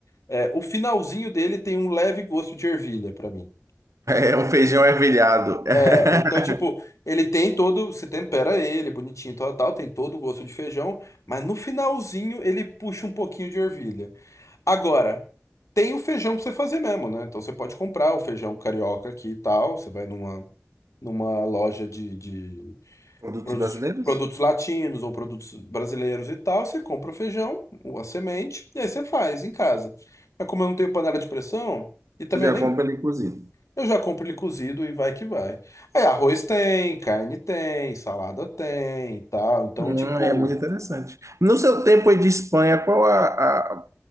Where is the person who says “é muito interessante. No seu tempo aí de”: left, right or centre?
Right